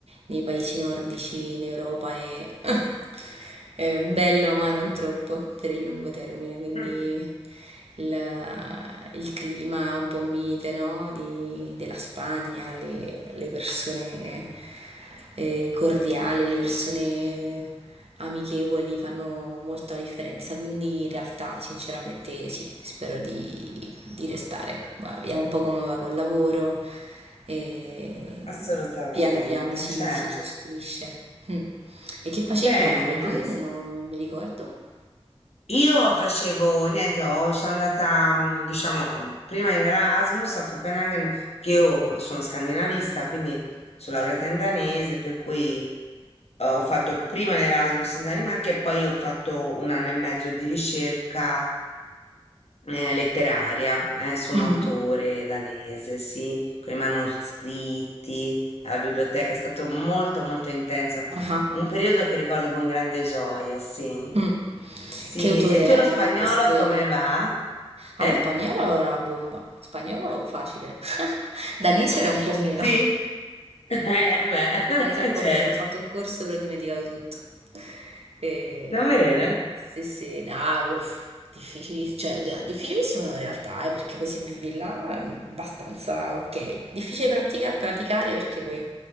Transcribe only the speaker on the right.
nei paesi nordici in Europa e <laughs> è bello, ma non troppo per il lungo termine, quindi
il, il clima un po' mite, no? Di- della Spagna, le, le persone eh, cordiale, le persone amichevoli fanno molta differenza, quindi in realtà sinceramente sì, spero di, di restare. Ma vediamo un po' come va col lavoro e
piano piano si,
si costruisce. Mm. E che facevi
tu a Copenaghen?
Non mi ricordo.
Mhm.
Ah, ah.
mm.
Che autore
era
questo?
Elena?
Ah, lo spagnolo era la bomba. Spagnolo facile. <laughs> Danese era un po' meno.
Danese un po'
meno. Ho fatto un corso però ho dimenticato tutto. E...
Sì, sì, no, uff, difficili- cioè, d- difficilissimo no, in realtà, eh, perché poi se vivi là è abbastanza ok. Difficile pratica- praticare perché poi